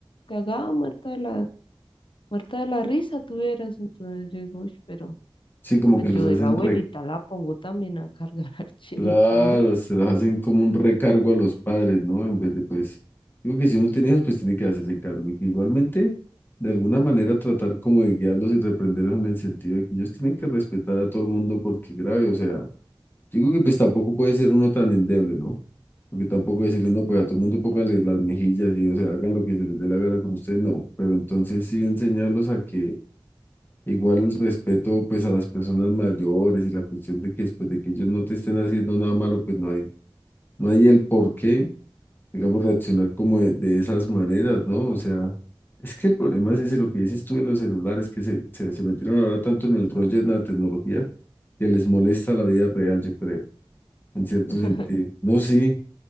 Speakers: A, on the left (about 65°); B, on the left (about 25°).
A: cagada, muerta de la, muerta de la risa, tuvieras, entonces yo digo, uy, pero
B: Sí, como
A: Pues
B: que
A: yo
B: los hacen
A: de la abuelita la pongo también a cargar <laughs> al chinito,
B: Claro,
A: ¿no?
B: se los hacen como un recargo a los padres, ¿no? En vez de, pues, digo que si uno tiene hijos, pues tiene que hacerse cargo. Y que igualmente, de alguna manera, tratar como de guiarlos y reprenderlos en el sentido de que ellos tienen que respetar a todo el mundo porque grave, o sea, digo que pues tampoco puede ser uno tan endeble, ¿no? Porque tampoco decirle, no, pues a todo el mundo pónganle las mejillas y, o sea, hagan lo que se les dé la gana con ustedes, no. Pero entonces sí enseñarlos a que Igual el respeto pues a las personas mayores y la cuestión de que después de que ellos no te estén haciendo nada malo, pues no hay, no hay el por qué, digamos, reaccionar como de, de esas maneras, ¿no? O sea, es que el problema es ese, lo que dices tú de los celulares, que se, se, se metieron ahora tanto en el rollo de la tecnología que les molesta la vida real, yo creo, en cierto
A: <laughs>
B: sentido. No, sí,